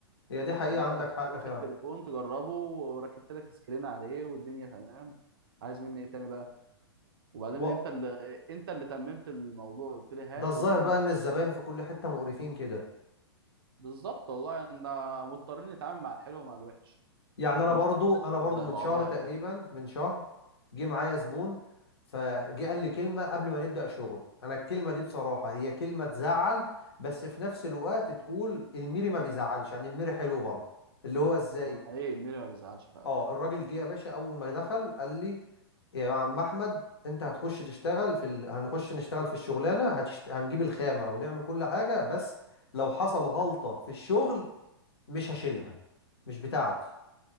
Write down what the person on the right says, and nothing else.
يعني انت
واخد
تليفون تجربه وركبت لك سكرين عليه والدنيا تمام عايز مني ايه تاني بقى وبعدين
انت اللي انت اللي تممت الموضوع قلت لي هات
ويلا
وخلاص
بالظبط والله يعني ده مضطرين نتعامل مع الحلو ومع الوحش
يعني
انت مش
كل
الناس زي
بعضها
يعني
هو حقيقي الميري ما بيزعلش فعلا